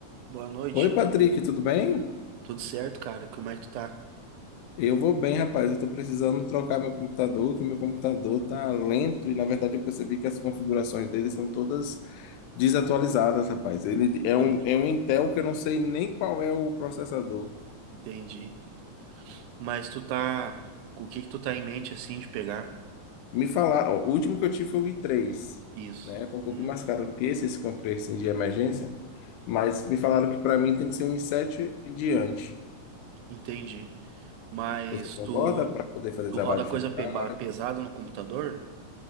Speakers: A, on the right; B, on the left.
A: Boa noite.
B: Oi, Patrick, tudo bem?
A: Tudo certo, cara? Como é que tu tá?
B: Eu vou bem, rapaz. Eu tô precisando trocar meu computador, que meu computador tá lento e, na verdade, eu percebi que as configurações dele são todas desatualizadas, rapaz. Ele é um,
A: Entendi,
B: é um Intel que eu não sei nem qual é o processador.
A: entendi. Mas tu tá. O que que tu tá em mente assim de pegar?
B: Me falaram, ó, o último que eu tive foi o i três,
A: Isso.
B: né? Foi um pouquinho
A: Hum,
B: mais caro do que esse, esse comprei assim, de emergência, mas me falaram que para mim tem que ser um i sete em diante.
A: entendi. Mas
B: Você concorda
A: tu,
B: para poder fazer
A: tu
B: trabalho
A: roda
B: de
A: coisa
B: faculdade?
A: pe- ba- pesada no computador?